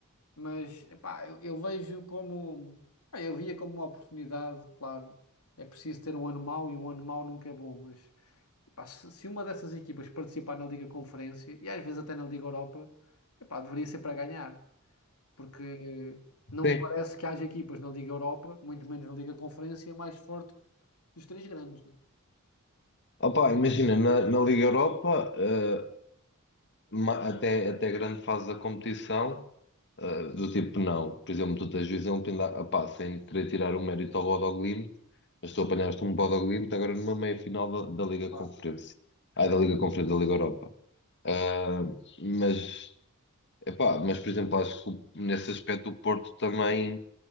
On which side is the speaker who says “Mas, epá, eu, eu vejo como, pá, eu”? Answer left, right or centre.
Left